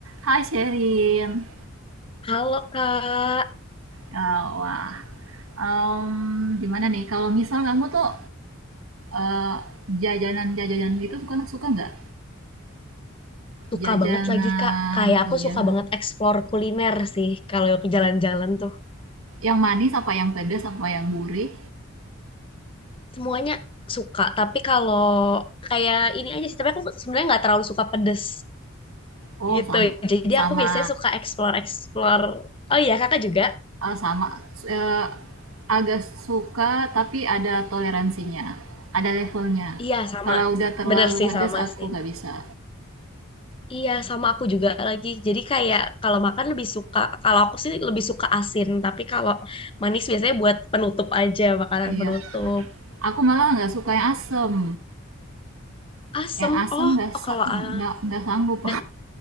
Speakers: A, on the right (about 80°); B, on the left (about 25°).
A: Hai Sherin,
B: Halo Kak,
A: Eh, wah, em, gimana nih kalau misal kamu tuh eh, jajanan-jajanan itu suka suka nggak?
B: suka
A: Jajanan,
B: banget lagi Kak. Kayak aku
A: iya,
B: suka banget explore kuliner sih kalau ke jalan-jalan tuh.
A: yang manis apa yang pedas apa yang gurih?
B: Semuanya suka, tapi kalau kayak ini aja sih, tapi aku sebenarnya nggak terlalu suka pedes
A: Oh
B: gitu.
A: sama
B: Jadi
A: sama
B: aku biasanya suka explore-explore. Oh iya, Kakak juga?
A: eh, sama eh, agak suka tapi ada toleransinya, ada levelnya.
B: Iya, sama.
A: Kalau udah terlalu
B: Bener sih,
A: pedas
B: sama
A: aku
B: sih.
A: nggak bisa.
B: Iya, sama aku juga lagi. Jadi kayak kalau makan lebih suka, kalau aku sih lebih suka asin, tapi kalau manis biasanya buat penutup aja, makanan
A: Iya,
B: penutup.
A: aku malah nggak suka yang asem,
B: Asem,
A: yang asem
B: oh,
A: nggak sa-
B: oh kalau
A: nggak
B: ah,
A: nggak sanggup.
B: Ber-